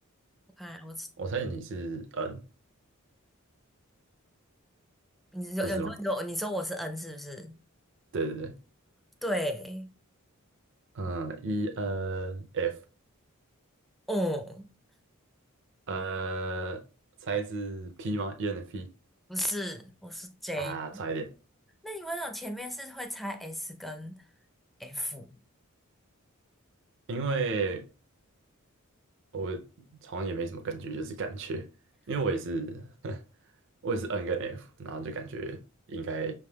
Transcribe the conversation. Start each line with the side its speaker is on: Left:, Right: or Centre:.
Centre: 我看我是
Right: 我猜你是 N，
Centre: 你有有时候你说你说我是
Right: 不是吗？
Centre: N 是不是？
Right: 对对对，
Centre: 对，
Right: 嗯，E N F，
Centre: 哦，
Right: 呃，猜是 P 吗？E N F P
Centre: 不是，我是 J。
Right: 啊，差一点，
Centre: 那你为什么前面是会猜 S 跟 F？
Right: 因为。我好像也没什么根据，就是感觉，因为我也是，<laughs> 我也是 N 跟 F，然后就感觉应该